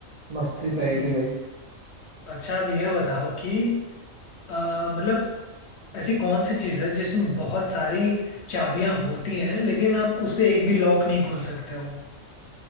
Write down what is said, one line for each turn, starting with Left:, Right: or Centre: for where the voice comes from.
Right: मस्त सी पहेली
Left: हम्म,
Right: भाई
Left: अच्छा आप ये बताओ कि अ, मतलब ऐसी कौन सी चीज़ है जिसमें बहुत सारी चाबियां होती हैं लेकिन आप उससे एक भी लॉक नहीं खोल सकते हो